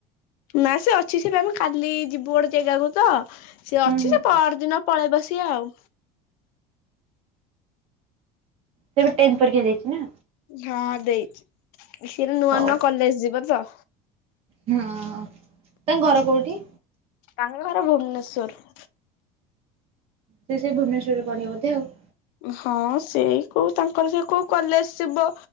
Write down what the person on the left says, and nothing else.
ନା ସେ ଅଛି ସେ ଆମେ କାଲି ଯିବୁ ଗୋଟେ ଜାଗାକୁ ତ ସିଏ
ଅଛି
ସେ ପଅରଦିନ ପଳେଇବ ସିଏ ଆଉ
ହଁ ଦେଇଛି ସେ ନୂଆ
ନୂଆ କଲେଜ ଯିବ ତ
ତାଙ୍କ ଘର ଭୁବନେଶ୍ୱର।
ହଁ ସେଇ କୋଉ ତାଙ୍କର ସେ କୋଉ କଲେଜ ଥିବ